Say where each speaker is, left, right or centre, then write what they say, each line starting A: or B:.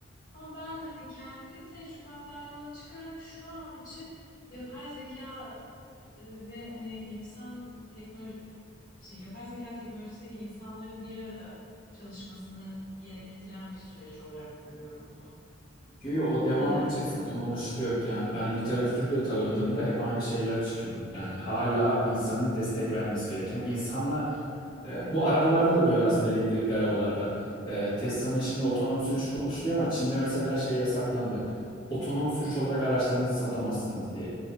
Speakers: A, on the left; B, on the left.
A: Ama ben hani kendi tecrübemden yola çıkarak şu an için yapay zeka e, ve hani insan teknoloji şey, yapay zeka teknolojisiyle insanların bir arada çalışmasını gerektiren bir süreç olarak görüyorum bunu.
B: Yo, yo, o
A: O
B: devam
A: nedenle
B: edecek zaten
A: dedim.
B: ona şüphe yok. Yani ben literatürde taradığımda hep aynı şeyler çıkıyor. Yani hala insanın destek vermesi gereken. insanla e, bu arabalarda da böyle aslında elektrikli arabalarda. E, Tesla'nın şimdi otonom sürüş konuşuluyor ama Çin'de mesela şey yasaklandı. Otonom sürüş olarak araçlarınızı satamazsınız diye.